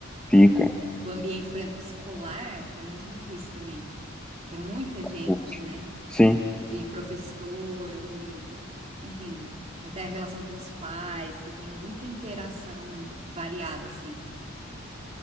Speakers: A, in the centre; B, on the right.
A: Fica,
B: O ambiente, por exemplo, escolar é muito difícil também, que é muita
A: bastante.
B: gente, né?
A: Sim,
B: De professor, de, enfim, até a relação com os pais, você tem muita interação variada, assim.